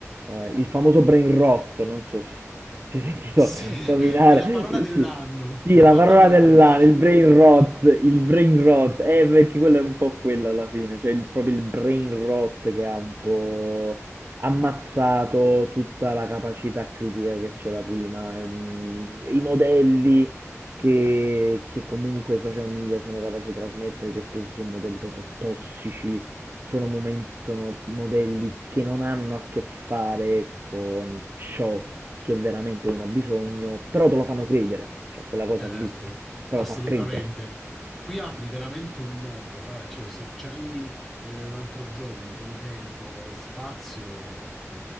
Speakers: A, on the right; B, in the centre.
A: ehm, il famoso brain rot, non so se <laughs> se hai sentito
B: Sì, <laughs>
A: nominare,
B: è la parola dell'anno,
A: sì. Sì,
B: la
A: la
B: parola
A: parola
B: dell'anno.
A: dell'anno,
B: <laughs>
A: il brain rot, il brain
B: Sì,
A: rot, eh, perché quello è un po' quello alla fine, cioè il- proprio il brain rot che ha un po' ammazzato tutta
B: sì,
A: la capacità critica che c'era prima, ehm, i modelli
B: sì,
A: che, che comunque i social media sono capaci di trasmettere, che spesso sono modelli proprio tossici, sono
B: sì,
A: momen- sono modelli
B: sì.
A: che non hanno a che fare con ciò che veramente uno ha bisogno, però te lo fanno credere, cioè quella cosa
B: Certo,
A: lì te
B: assolutamente.
A: lo fa credere.
B: Qui apri veramente un mondo. Guarda, Ciro, se c'hai eh, un altro giorno, un po' di tempo e spazio, eh,